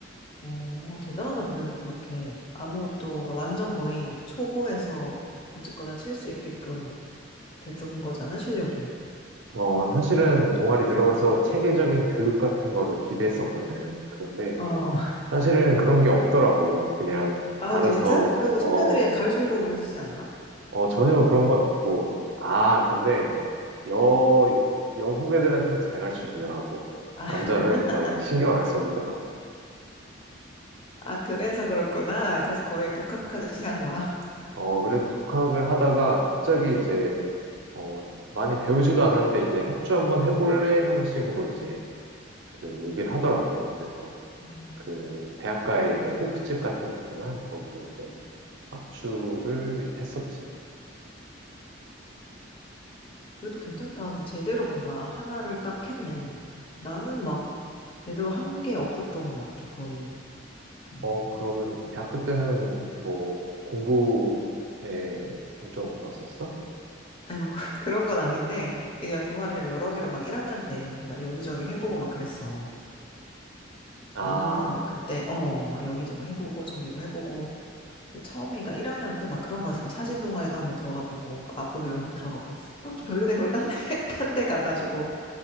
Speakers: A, on the left; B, on the right.
A: 어, 아, 대단하다. 그래도 그렇게 아무것도, 완전 거의 초보에서 어쨌거나 칠 수 있게끔 되던 거잖아, 실력이.
B: 어, 사실은 동아리 들어가서 체계적인 교육 같은 거를 기대했었거든. 그런데
A: 어,
B: 사실은 그런 게 없더라고. 그냥
A: 아,
B: 알아서,
A: 진짜? 그럼 뭐
B: 어,
A: 선배들이 가르쳐주고 그러시지 않나?
B: 어, 전혀 그런 건 없고. 아, 근데 여, 여 후배들한테는 잘 가르쳐 주더라고.
A: 아,
B: 남자는
A: <laughs>
B: 거의 신경 안 써주더라.
A: 아, 그래서 그렇구나. 그래서 거의 독학하듯이 한 거야.
B: 어, 그래서 독학을 하다가 갑자기 이제, 어, 많이 배우지도 않았는데 이제 합주 한번 해볼래? 하는 식으로 이제 그 얘기를 하더라고. 그래서
A: 음,
B: 그 대학가에 이제 호프집 같은 게 있잖아. 거기서 이제 합주를 했었지.
A: 그래도 괜찮다. 제대로 뭔가 하나를 딱 했네. 나는 막 제대로 한 게 없었던 것 같아, 거의. 음.
B: 어, 그러면 대학교 때는 뭐 공부에 중점을 뒀었어?
A: 아니, 뭐, 그- <laughs> 그런 건 아닌데, 이제 동아리를 여러 개를 막 1학년 때 막 여기저기 해보고 막 그랬어.
B: 아,
A: 모모에서 막 그때, 어, 막 여기저기 해보고 저기도 해보고 그 처음에 그러니까 1학년 때 막 그런 거였어. 막 사진 동아리도 한번 들어가 보고 막 맛보기 이런 거 들어가 보다. 아, 좀 별로네. 그러고 딴 데, <laughs> 딴 데 가가지고